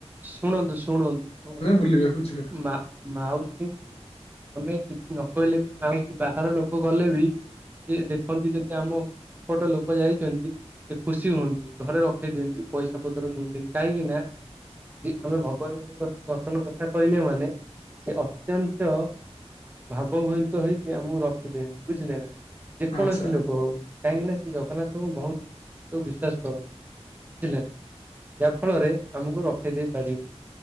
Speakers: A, on the right (about 15°); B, on the left (about 65°).
A: ଶୁଣନ୍ତୁ ଶୁଣନ୍ତୁ ଶୁଣନ୍ତୁ
B: ବୁଲିବାକୁ ଯିବା
A: ମା-ମାଉସୀଙ୍କୁ ଆମେ କିଛି ନ କହିଲେ ବି ମାଉସୀ ବାହାର ଲୋକ ଗଲେ ବି ସିଏ ଦେଖନ୍ତି ଯଦି ଆମ ଏପଟ ଲୋକ ଯାଇଛନ୍ତି ସେ ଖୁସି ହୁଅନ୍ତି। ଘରେ ରଖେଇ ଦିଅନ୍ତି। ପଇସା ପତ୍ର ନିଅନ୍ତିନି, କାହିଁକି ନା <inaudible> ଇ ଆମେ ଭଗବାନଙ୍କ କଥା ଦର୍ଶନ କଥା କହିଲେ ମାନେ ସେ ଅତ୍ୟନ୍ତ ଉଁ ଭାବଭୋହିତ ହେଇକି ଆମୁକୁ ରଖିଦିଅନ୍ତି ବୁଝିଲେ ନା। ଯେକୌଣସି
B: ଆଚ୍ଛା
A: ଲୋକ ହଉ, କାହିଁକି ନା ସେ ଜଗନ୍ନାଥଙ୍କୁ ବହୁତ୍ ବିଶ୍ୱାସ କରନ୍ତି ମ ଧ୍ୟ ବୁଝିଲେ ନା। ଯାହା ଫଳରେ ଆମୁକୁ ରଖେଇ ଦେଇ ପାରିବେ।